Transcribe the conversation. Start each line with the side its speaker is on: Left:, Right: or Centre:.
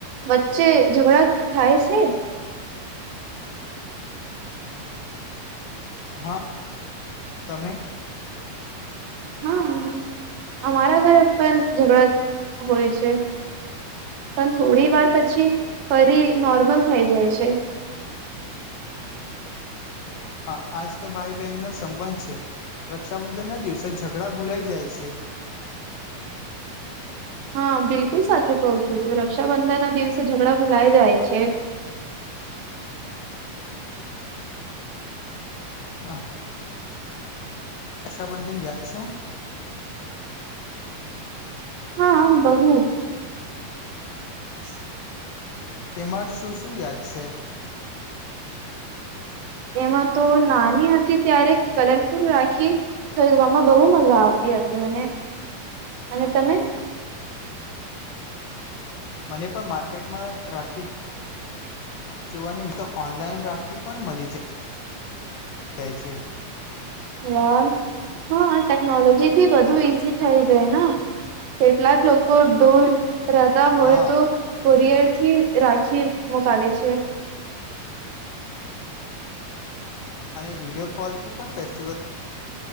Right: વચ્ચે ઝઘડા થાય છે.
Left: હા, તમે
Right: હા, હા, અમારા ઘર પણ ઝઘડા હોય છે, પણ થોડી વાર પછી ફરી નોર્મલ થઈ જાય છે.
Left: હા, આજ તો ભાઈ બહેનનો સંબંધ છે. રક્ષાબંધન ના દિવસે ઝઘડા ભૂલાઈ જાય છે.
Right: હા, બિલકુલ સાચું કહું છું, તું રક્ષાબંધન ના દિવસે ઝઘડા ભૂલાય જાય છે.
Left: હા. રક્ષાબંધન યાદ છે?
Right: હા, બહુ. <unintelligible>
Left: તેમાં શું શું યાદ છે
Right: એમાં તો નાની હતી ત્યારે કલરફુલ રાખી ખરીદવામાં બહુ મજા આવતી હતી મને અને તમે
Left: મને પણ માર્કેટમાં રાખી જોવાની તો ઓનલાઈન રાખી પણ મળી જાય છે
Right: વા હા ટેકનોલોજી થી બધુ ઈઝી થઈ ગાય ને કેટલાક લોકો ડોર રહેતા હોય
Left: હા
Right: તો કોરિયર થી રાખી મોકાલે છે
Left: અને વિડિયો કોલથી પણ ફેસ્ટિવલ